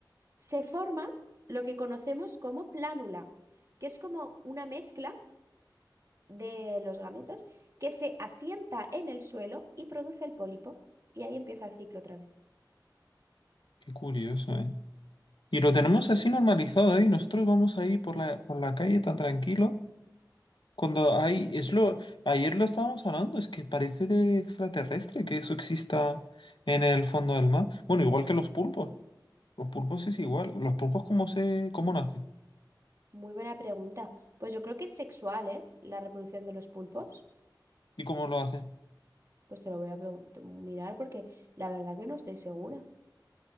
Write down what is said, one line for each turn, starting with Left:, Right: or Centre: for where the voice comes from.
Right: Se forma lo que conocemos como plánula, que es como una mezcla de los gametos que se asienta en el suelo y produce el pólipo. Y ahí empieza el ciclo otra vez.
Left: qué curioso, ¿eh? Y lo tenemos así normalizado, ¿eh? Y nosotros vamos ahí por la, por la calle tan tranquilo. Cuando hay, es lo, ayer lo estábamos hablando, es que parece de extraterrestre que eso exista en el fondo del mar. Bueno, igual que los pulpos. Los pulpos es igual. Los pulpos cómo se, cómo nacen
Right: Muy buena pregunta. Pues yo creo que es sexual, ¿eh? La reproducción de los pulpos.
Left: y cómo lo hacen.
Right: Pues te lo voy a pregun- mirar porque la verdad que no estoy segura.